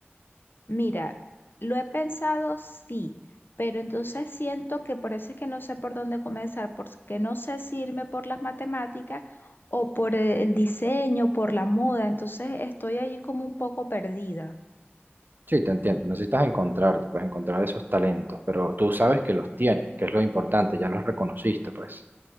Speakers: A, on the left; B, on the right.
A: Mira, lo he pensado sí, pero entonces siento que por eso es que no sé por dónde comenzar, porque no sé si irme por las matemáticas o por el diseño, por la moda, entonces estoy allí como un poco perdida.
B: Sí, te entiendo. Necesitas encontrarte, pues encontrar esos talentos, pero tú sabes que los tienes, que es lo importante, ya los reconociste, pues.